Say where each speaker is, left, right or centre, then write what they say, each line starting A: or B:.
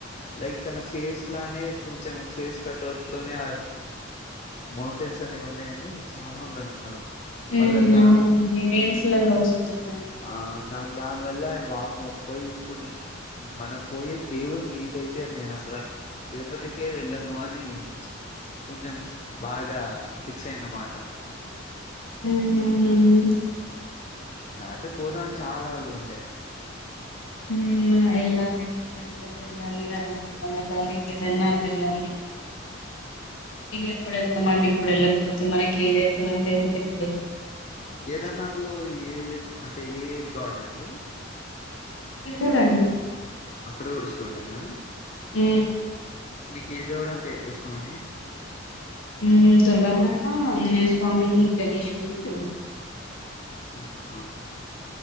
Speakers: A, on the left; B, on the left.
A: లైక్ తన ఫేస్ లానే కొంచెం ఫేస్ కట్ అవుట్ తోనే ఆ మౌంటైన్స్ అనీ ఉన్నాయని చాలా మంది అంటున్నారు
B: ఉ
A: మళ్ళా దాని
B: ఆవును ఈ రీల్స్ లలో వస్తున్నాయి
A: ఆ నాకు దానివల్ల వామ్మో పోయి ఇప్పుడు మనం పోయే దేవుని మీదయితే నేను అసలు తిరుపతికే వెళ్ళను అని కొంచెం బాగా ఫిక్స్ అయ్యన్న అన్నమాట
B: హామ్ అవునండి
A: నాతో పోదాం అని చాలా <inaudible> గుండే.
B: ఊమ్ హ ఎల్లాలండి తిరుపతెల్లాలి అరుణాచలం ఎళ్లాలి కేదర్నాథ్ ఎల్లాలి ఇగ ఎప్పుడు ఎళ్తమండి ఇప్పుడు ఎళ్ళకపోతే మనకి ఇదప్పనంక ఇంకెప్పుడు ఎళ్తవ్
A: కేదార్నాథ్ లో ఏ ఏ అంటే ఏ ఏ గాడ్ అండి.
B: శివుడండి శివుడు
A: అక్కడ కూడ షోడేనా
B: ఊ
A: కే దేవుడంటే ఎక్కువిష్టమండి
B: హుమ్ దుర్గామాత ఆ ఆంజనేయస్వామి గణేశుడు శివుడు
A: ఆహ